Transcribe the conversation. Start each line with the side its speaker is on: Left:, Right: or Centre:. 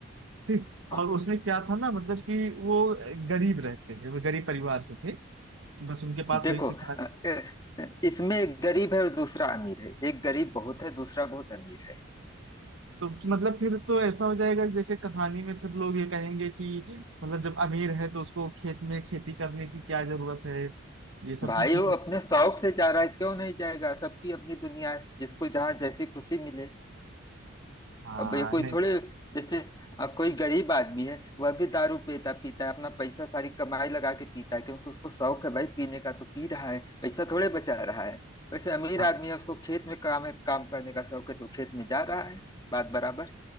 Right: ठीक
Left: हाँ
Right: और उसमें क्या था ना मतलब कि वो गरीब रहते थे वो गरीब परिवार से थे बस उनके पास
Left: देखो
Right: वही किसान
Left: अ, ए- इसमें एक गरीब है और दूसरा अमीर है एक गरीब बहुत है दूसरा बहुत अमीर है
Right: तो मतलब फिर तो ऐसा हो जाएगा जैसे कहानी में फिर लोग ये कहेंगे कि मतलब जब अमीर है तो उसको खेत में खेती करने की क्या जरूरत है ये सब
Left: भाई
Right: भी चीजें
Left: वो अपने शौक से जा रहा है क्यों नहीं जाएगा सबकी अपनी दुनिया है जिसको जहाँ जैसी खुशी मिले
Right: हाँ
Left: अब ये कोई
Right: नहीं
Left: थोड़े जैसे अ, कोई गरीब आदमी है वह भी दारू पीता पीता है अपना पैसा सारी कमाई लगा के पीता है क्योंकि उसको शौक है भाई पीने का तो पी रहा है पैसा थोड़े बचा रहा है वैसे अमीर
Right: हाँ
Left: आदमी है उसको खेत में काम है काम करने का शौक है तो खेत में जा रहा है बात बराबर